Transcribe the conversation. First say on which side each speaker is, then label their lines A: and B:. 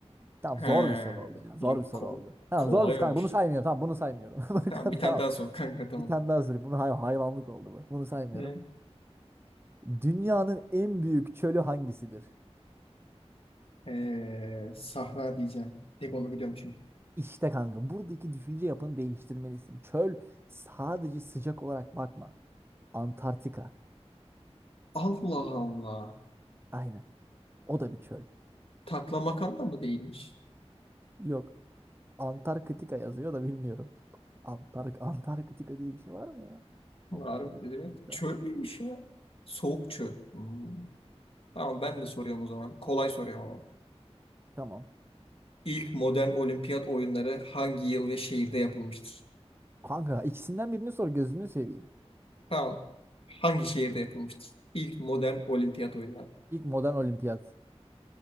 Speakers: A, on the right (about 20°); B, on the left (about 60°).
A: Tamam
B: He,
A: zor bir soru oldu ya. Zor
B: iyi,
A: bir soru
B: ko
A: oldu. Tamam
B: kolay
A: zor bir soru kanka.
B: olmuş.
A: Bunu saymıyorum. Tamam bunu saymıyorum. <laughs> Bak,
B: Tamam bir tane
A: Tamam.
B: daha sor kanka tamam.
A: Bir tane daha sorayım. Bunu hay- hayvanlık oldu bu. Bunu saymıyorum.
B: Ne?
A: Dünyanın en büyük çölü hangisidir?
B: Ee, Sahra diyeceğim. Tek onu biliyorum çünkü.
A: İşte kanka buradaki düşünce yapını değiştirmelisin. Çöl sadece sıcak olarak bakma. Antarktika.
B: Allah Allah.
A: Aynen. O da bir çöl.
B: Taklamakan da mı değilmiş?
A: Yok. Antarktika yazıyor da bilmiyorum. Antark Antarktika diye bir şey var mı ya? Antarktika.
B: Harbi ne demek? Çöl müymüş ya? Soğuk çöl. Hmm. Tamam ben de soruyorum o zaman. Kolay soruyorum ama.
A: Tamam.
B: İlk modern olimpiyat oyunları hangi yıl ve şehirde yapılmıştır?
A: Kanka ikisinden birini sor gözünü seveyim.
B: Tamam. Hangi şehirde yapılmıştır? İlk modern olimpiyat oyunları.
A: İlk modern olimpiyat.